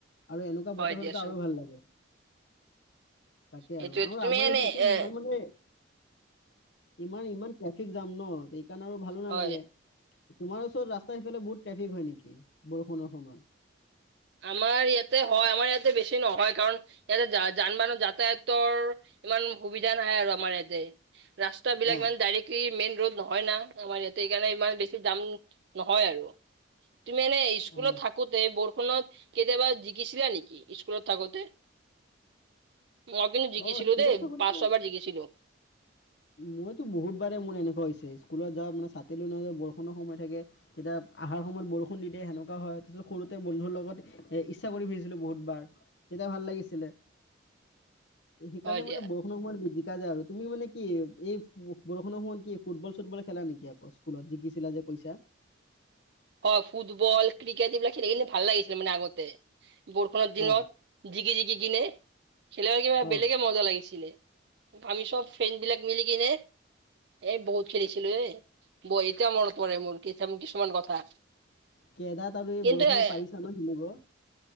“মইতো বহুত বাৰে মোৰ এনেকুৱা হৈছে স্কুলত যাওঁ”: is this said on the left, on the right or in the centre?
Left